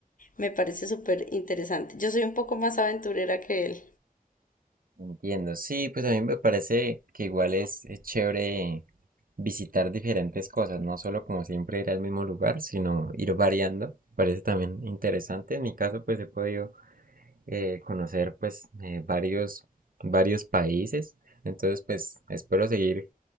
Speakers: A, on the left (about 65°); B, on the right (about 70°).
A: Me parece súper interesante. Yo soy un poco más aventurera que él.
B: Entiendo, sí, pues a mí me parece que igual es, es chévere visitar diferentes cosas, no solo como siempre ir al mismo lugar, sino ir variando, parece también interesante. En mi caso, pues he podido eh, conocer pues eh, varios, varios países, entonces pues espero seguir